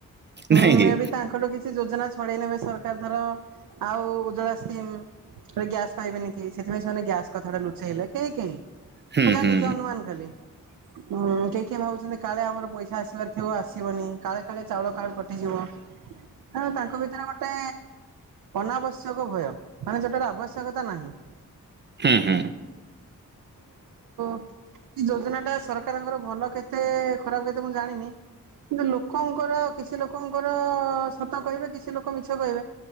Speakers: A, on the right; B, on the right.
A: ମେବି
B: ନାହିଁ କି?
A: ତାଙ୍କଠୁ କିଛି ଯୋଜନା <inaudible> ସରକାର ଧର ଆଉ <unintelligible> ଗ୍ୟାସ୍ ପାଇବେନି କେହି ସେଥିପାଇଁ ସେମାନେ ଗ୍ୟାସ କଥା ଟା ଲୁଚେଇଲେ କେହି କେହି
B: ହୁଁ,
A: ମୁଁ ଜାଣିଛି
B: ହୁଁ।
A: ଅନୁମାନ କଲି ହୁଁ କି କିଏ ଭାବୁଛନ୍ତି କାଳେ ଆମର ପଇସା ଆସିବାର ଥିବ ଆସିବନି କାଳେ କାଳେ ଚାଉଳ କାଡ କଟିଯିବ ହଁ ତାଙ୍କ ଭିତରେ ଗୋଟେ ଅନାବଶ୍ୟକ ଭୟ ମାନେ ଯୋଉଟାର ଆବଶ୍ୟକତା ନାହିଁ।
B: ହୁଁ ହୁଁ।
A: ଏ ଯୋଜନା ଟା ସରକାରଙ୍କର ଭଲ କେତେ ଖରାପ କେତେ ମୁଁ ଜାଣିନି କିନ୍ତୁ ଲୋକଙ୍କର କିଛି ଲୋକ ଲୋକଙ୍କର ସତ କହିବେ କିଛି ଲୋକ ମିଛ କହିବେ